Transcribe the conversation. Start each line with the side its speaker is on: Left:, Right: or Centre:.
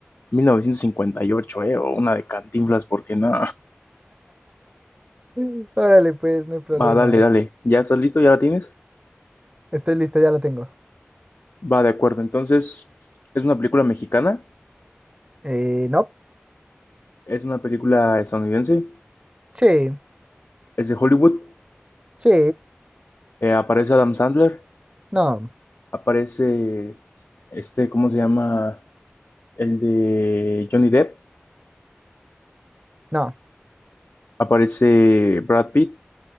Left: 1958, eh, o una de Cantinflas porque no.
Right: Mm. Órale, pues, no hay problema.
Left: Va, dale, dale. ¿Ya estás listo? ¿Ya la tienes?
Right: Estoy listo, ya lo tengo.
Left: Va, de acuerdo. Entonces, ¿es una película mexicana?
Right: Eh, no.
Left: ¿Es una película estadounidense?
Right: Sí,
Left: ¿Es de Hollywood?
Right: sí,
Left: Eh, ¿aparece Adam Sandler?
Right: no.
Left: aparece este, ¿cómo se llama? El de Johnny Depp,
Right: No,
Left: aparece Brad Pitt,